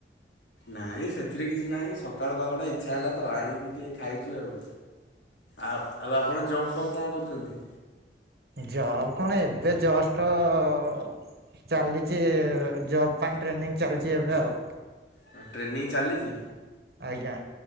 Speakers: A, on the left; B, on the right.
A: ନାଇଁ ସେଥିରେ କିଛି ନାହିଁ ସକାଳୁ ପାଗଟା ଇଚ୍ଛା ହେଲା ତ ଆଣିକି ଟିକେ ଖାଇଚୁ ଆଉ। ଆଉ ଆଉ ଆପଣ ଜବ୍ ଫବ କଣ କରୁଚନ୍ତି?
B: ଜବ୍ କଣ ଏବେ ଜଷ୍ଟ ଅ ଚାଲିଚି ଜବ ପାଇଁ ଟ୍ରେନିଂ ଚାଲିଛି ଏବେ ଆଉ।
A: ହଁ ଟ୍ରେନିଂ ଚାଲିଯି?
B: ଆଜ୍ଞା।